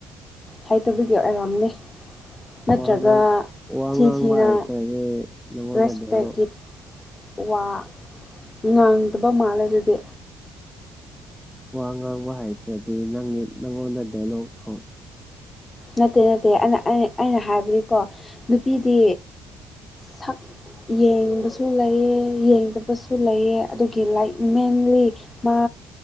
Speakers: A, on the left; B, in the centre.
A: ꯍꯥꯏꯇꯕꯒꯤ ꯑꯣꯏꯔꯝꯅꯤ ꯅꯠꯇ꯭ꯔꯒ
B: ꯋꯥ ꯉꯥꯡ ꯋꯥ
A: ꯊꯤ
B: ꯉꯥꯡꯕ
A: ꯊꯤꯅ
B: ꯍꯩꯇ꯭ꯔꯗꯤ ꯅꯉꯣꯟꯗ
A: ꯔꯦꯁꯄꯦꯛꯀꯤ
B: ꯗꯥꯏꯂꯣꯛ
A: ꯋꯥ ꯉꯥꯡꯗꯕ ꯃꯥꯜꯂꯦ ꯑꯗꯨꯗꯤ
B: ꯋꯥ ꯉꯥꯡꯕ ꯍꯥꯏꯇ꯭ꯔꯗꯤ ꯅꯪ ꯅꯪꯉꯣꯟꯗ ꯗꯥꯏꯂꯣꯛ ꯍꯧꯔꯛ
A: ꯅꯠꯇꯦ ꯅꯠꯇꯦ ꯑꯩꯅ ꯑꯩꯅ ꯑꯩꯅ ꯍꯥꯏꯕꯗꯤꯀꯣ ꯅꯨꯄꯤꯗꯤ ꯁꯛ ꯌꯦꯡꯕꯁꯨ ꯂꯩꯌꯦ ꯌꯦꯡꯗꯕꯁꯨ ꯂꯩꯌꯦ ꯑꯗꯨꯒꯤ ꯂꯥꯏꯛ ꯃꯦꯟꯂꯤ ꯃꯥ